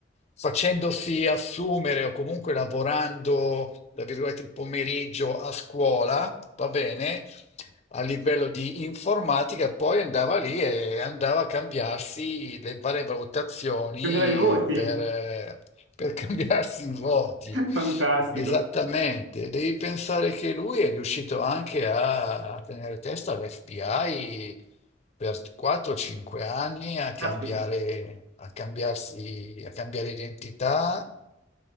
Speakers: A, on the left (about 35°); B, on the right (about 80°).
A: facendosi assumere o comunque lavorando, tra virgolette, il pomeriggio a scuola, va bene, a livello di informatica, e poi andava lì e andava a cambiarsi le varie valutazioni
B: 3.000 di voti.
A: per, eh, per <laughs> cambiarsi i voti.
B: <laughs> Fantastico.
A: Esattamente, devi pensare che lui è riuscito anche a a tenere testa all'FBI per 4-5 anni a cambiare,
B: Caspita.
A: a cambiarsi, a cambiare identità